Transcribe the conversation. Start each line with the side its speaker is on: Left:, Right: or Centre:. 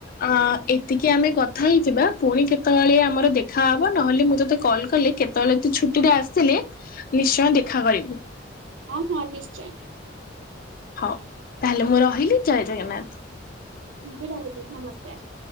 Left: ଅ ଏତିକି ଆମେ କଥା ହେଇଥିବା ପୁଣି କେତବେଳେ ଆମର ଦେଖାହବ ନହେଲେ ମୁଁ ତୋତେ କଲ୍ କଲେ କେତ୍ ତବେଳେ ତୁ ଛୁଟି ରେ ଆସିଲେ ନିଶ୍ଚୟଁ ଦେଖା କରିବୁ।
Right: ହଁ ହଁ ନିଶ୍ଚୟେଁ।
Left: ହଉ ତାହେଲେ ମୁଁ ରହିଲି ଜୟ ଜଗନ୍ନାଥ।
Right: ମୁଁ ବି ରହିଲି ନମସ୍କାର।